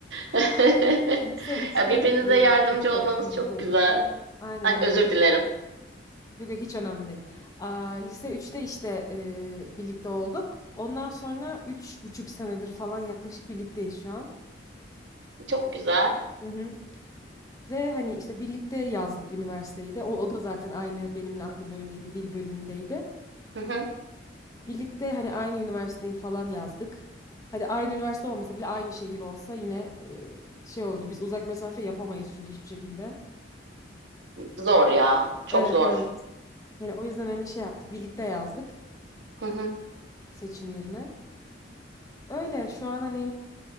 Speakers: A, on the right (about 70°); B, on the left (about 20°).
A: <laughs>
B: Lise 3'te
A: Ya birbirinize
B: e,
A: yardımcı olmanız
B: birlikteydik.
A: çok güzel.
B: Aynen
A: Ay
B: aynen.
A: özür dilerim.
B: Yok yok hiç önemli değil. Aa, lise 3'te işte e, birlikte olduk. Ondan sonra üç buçuk senedir falan yaklaşık birlikteyiz şu an.
A: Çok güzel.
B: Hı hı. Ve hani işte birlikte yazdık üniversiteyi de. O, o da zaten aynı benimle aynı bölümdeydi, dil bölümündeydi.
A: Hı hı.
B: Birlikte hani aynı üniversiteyi falan yazdık. Hadi aynı üniversite olmasa bile aynı şehir olsa yine e, şey olurdu. Biz uzak mesafe yapamayız çünkü hiçbir şekilde.
A: Zor ya. Çok
B: Evet
A: zor.
B: evet. Yani o yüzden hani şey yaptık. Birlikte yazdık
A: Hı hı.
B: seçim yerine. Öyle şu an hani